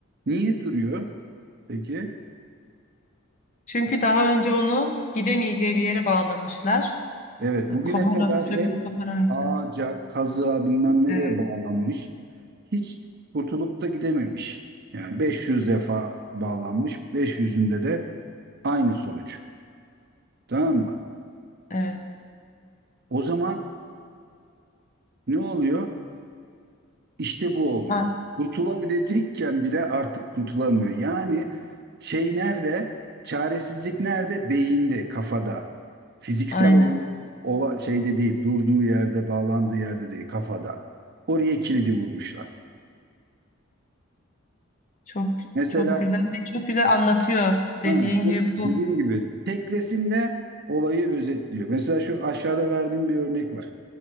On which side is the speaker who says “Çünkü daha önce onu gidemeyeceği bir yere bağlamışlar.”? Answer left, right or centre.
Left